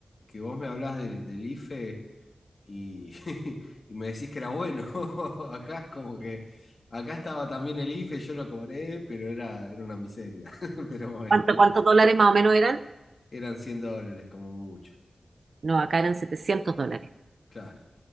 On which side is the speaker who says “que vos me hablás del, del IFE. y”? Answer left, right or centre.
Left